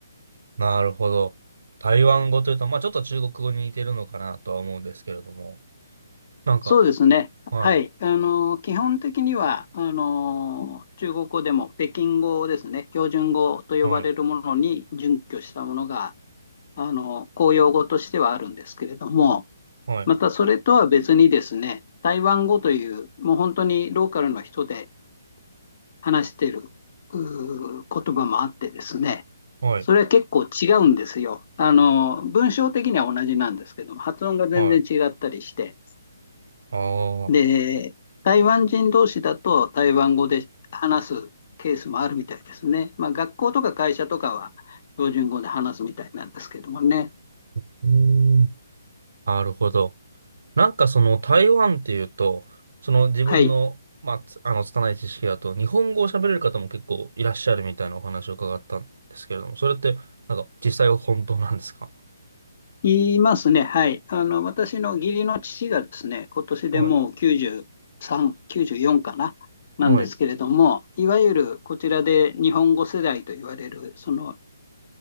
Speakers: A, on the right; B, on the left.
A: なるほど。台湾語というと、まあ、ちょっと中国語に似てるのかなとは思うんですけれども、なんか、
B: そうですね。
A: はい、
B: はい。あの、基本的には、あの、中国語でも北京語ですね、標準語と呼ばれるものに準拠したものが、
A: はい、
B: あの、公用語としてはあるんですけれども、
A: はい、
B: またそれとは別にですね、台湾語という、もう本当にローカルの人で話しているうー言葉もあってですね、
A: はい、
B: それは結構違うんですよ。あの、文章的には同じなんですけども、発音が全然違ったりして。
A: はい。ああ、
B: で、台湾人同士だと台湾語で話すケースもあるみたいですね。まあ、学校とか会社とかは標準語で話すみたいなんですけどもね。
A: うーん、なるほど。なんかその台湾っていうと、その自分の、
B: はい。
A: まあ、つあの、拙い知識だと、日本語を喋れる方も結構いらっしゃるみたいなお話を伺ったんですけれども、それって、なんか実際は本当なんですか
B: 言いますね。はい。あの、私の義理の父がですね、今年でもう93、
A: はい、
B: 94かな、なんですけれども、
A: はい、
B: いわゆるこちらで日本語世代と言われる、その、